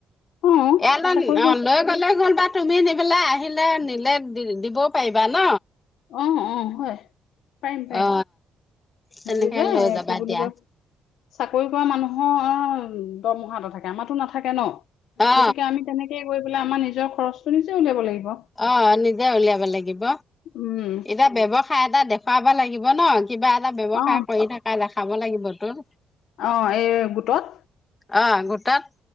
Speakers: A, on the left; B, on the left.
A: অ
B: এয়ালন
A: চাকৰি
B: অ
A: কৰা,
B: লৈ গ'লে হ'ল বা তুমি নিবেলাই আহিলে নিলে দি দিব পাৰিবা ন
A: আহ আহ হয় পাৰিম পাৰিম
B: অ তেনেকে
A: হাৰি যে
B: লৈ যাবা
A: কি বুলি
B: দিয়া
A: ক চাকৰি কৰা মানুহৰ দৰমহা এটা থাকে আমাৰো নাথাকে ন
B: অ
A: গতিকে আমি তেনেকে গৈ পেলাই আমাৰ নিজৰ খৰচটো নিজে উলিয়াব লাগিব
B: অ নিজে উলিয়াব লাগিব
A: উম
B: এতিয়া ব্যৱসায় এটা দেখুৱাব লাগিব ন! কিবা এটা ব্যৱসায়
A: অ
B: কৰি থাক কা দেখাব লাগিব তোৰ
A: অ, এই গোটত
B: অ গোটত,